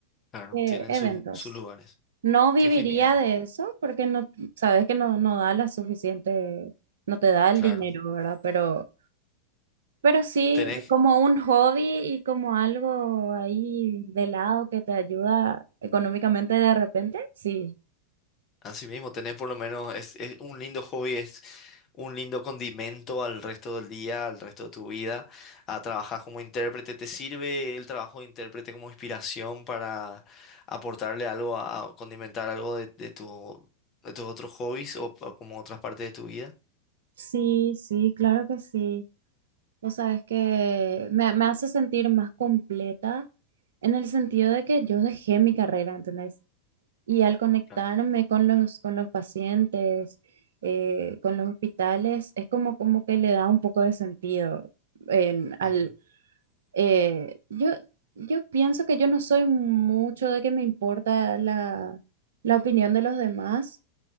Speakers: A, on the left (about 30°); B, on the right (about 60°).
A: claro,
B: eh,
A: tienen
B: eventos.
A: su- sus lugares.
B: No viviría
A: Qué genial,
B: de eso porque no, sabes que no, no da la suficiente, no te da el
A: claro.
B: dinero, ¿verdad? Pero Pero sí,
A: Tenés,
B: como un hobby y como algo ahí de lado que te ayuda económicamente de repente, sí.
A: así mismo, tenés por lo menos, es, es un lindo hobby, es un lindo condimento al resto del día, al resto de tu vida. A trabajar como intérprete, ¿te sirve el trabajo de intérprete como inspiración para aportarle algo, a, a condimentar algo de, de tu, de tus otros hobbies o, o como otras partes de tu vida?
B: Sí, sí, claro que sí. O sea, es que me, me hace sentir más completa en el sentido de que yo dejé mi carrera, ¿entendés? Y al conectarme
A: Claro.
B: con los, con los pacientes, eh, con los hospitales, es como, como que le da un poco de sentido en-
A: Ujú.
B: al, Eh, yo, yo pienso que yo no soy mucho de que me importa la, la opinión de los demás,